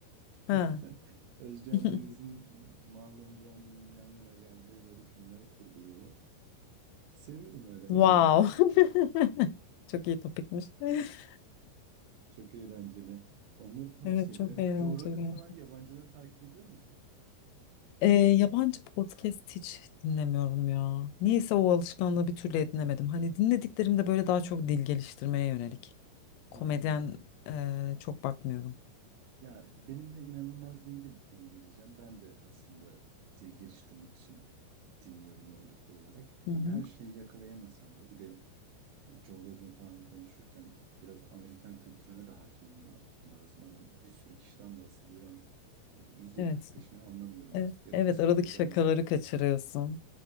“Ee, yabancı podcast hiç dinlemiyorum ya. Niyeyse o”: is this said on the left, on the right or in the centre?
Left